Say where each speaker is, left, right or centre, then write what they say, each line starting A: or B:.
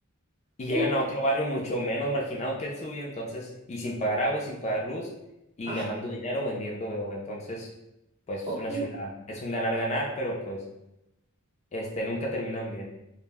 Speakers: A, on the left; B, on the right.
A: y
B: Uf,
A: llegan a otro barrio mucho menos marginado que el suyo, entonces, y sin pagar agua y sin pagar luz, y
B: ah,
A: ganando dinero vendiendo droga. Entonces, pues
B: oh.
A: es una chulada. Es un ganar-ganar, pero pues, este, nunca terminan bien.